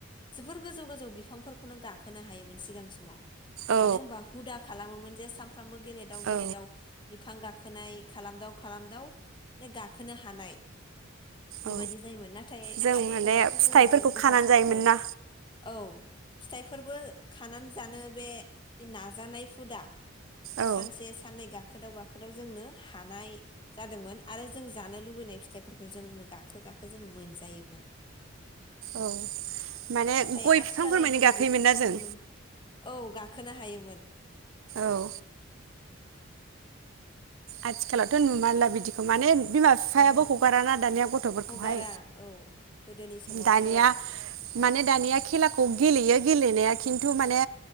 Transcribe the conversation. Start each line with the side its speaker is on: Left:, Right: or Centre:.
Left: जोबोर गोजौ गोजौ बिफांफोरखौनो गाखोनो हायोमोन सिगां समाव।
Right: औ
Left: मानो होनबा हुदा खालामोन जे सान फ्रामबो गेलेदाव गेलेदाव
Right: औ
Left: बिफां गा खोनाय खालामदाव खालामदाव नो गाखोनो हानाय बेबायदि
Right: औ
Left: जायोमोन नाथाय
Right: जों
Left: आथिखालावथ'
Right: माने
Left: जोङो
Right: फिथाइफोरखौ
Left: गथ'साफोरखौ
Right: खानानै जायोमोन ना
Left: औ। फिथाइफोरबो खानानै जानो बे जि नाजानाय हुदा। बे
Right: औ
Left: सानसे साननै गा खोदाव गाखोदाव जोंनो हानाय जादोंमोन आरो जों जानो लुबैनाय फिथाइफोरखौ जोंनो गाखो गाखो जोङो मोनजायोमोन।
Right: औ माने
Left: नाथाय
Right: गय
Left: आथिखालाव
Right: बिफांफोर मानि
Left: जोङो
Right: गाखोयोमोन
Left: बेफोरखौ
Right: ना जों
Left: नुनो मोनला। औ गाखोनो हायोमोन।
Right: औ आथिखालावथ' नुमारला बिदिखौ माने बिमा फिफायाबो
Left: ओहो
Right: हगाराना दानिया गथ'फोरखौहाय
Left: हगारा औ गोदोनि समावसो
Right: दानिया माने दानिया खेलाखौ गेलेयो गेलेनाया खिन्थु माने